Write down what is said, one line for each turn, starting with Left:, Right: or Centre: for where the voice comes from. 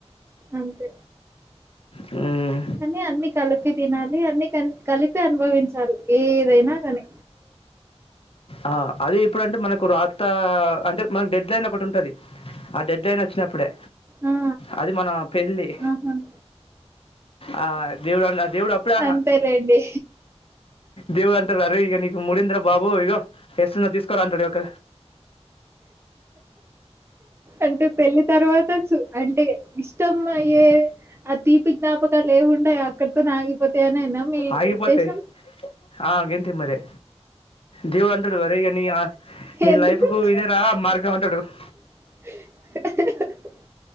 Right: అంతె
Left: హ్మ్.
Right: కానీ అన్ని కలిపి తినాలి అన్ని కలి కలిపి అనుభవించాలి ఏదైనా కానీ
Left: ఆ అది ఇప్పుడంటే మనకు రాత అంటే మనకు డెడ్ లైన్ ఒకటి ఉంటాది ఆ డెడ్ లైన్ వచ్చినప్పుడే
Right: ఆ
Left: అది మన పెళ్ళి
Right: ఆహా
Left: ఆ దేవుడన్న దేవుడప్పుడె
Right: అంతేలేండి
Left: దేవుడు అంటరు <unintelligible> నీకు మూడింద్ర బాబు ఇగో తీసుకోరా" అంటాడు. ఒక
Right: అంటే పెళ్లి తర్వాత చు అంటే ఇష్టం అయ్యే ఆ తీపి జ్ఞాపకాలు ఏమున్నాయో అక్కడితో నా ఆగిపోతాయ అని నమ్మి మీ
Left: ఆగిపోతాయి.
Right: ఉద్దేశం
Left: ఆ! గంతే మరి. దేవుడంటాడు, "అరేయ్! ఇగ నీ
Right: ఎందుకు
Left: లైఫ్ కు ఇదేన మార్గం అంటాడు <inaudible>
Right: <inaudible>